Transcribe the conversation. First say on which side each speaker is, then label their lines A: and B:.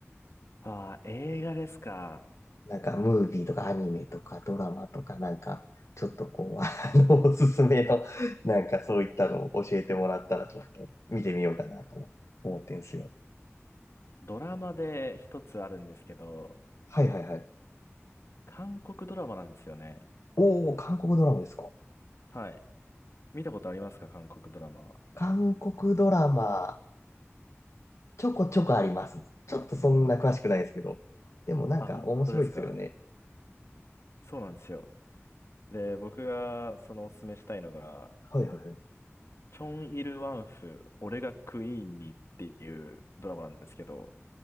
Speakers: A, on the left; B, on the left.
A: ああ、映画ですか。
B: なんかムービーとかアニメとかドラマとかなんか、ちょっとこう、<laughs> あの、おすすめの、なんかそういったのを教えてもらったらちょっと見てみようかなと思ってんすよ。
A: ドラマで一つあるんですけど、
B: はいはいはい。
A: 韓国ドラマなんですよね。
B: おー、韓国ドラマですか
A: はい。見たことありますか韓国ドラマは。
B: 韓国ドラマ、ちょこちょこあります。ちょっとそんな詳しくないですけど。でもなんか面白いですよね。
A: あ、本当ですか。そうなんですよ。で、僕がそのおすすめしたいのが、
B: はいはいはい。
A: チョン・イル・ワンフ、俺がクイーンにっていうドラマなんですけど、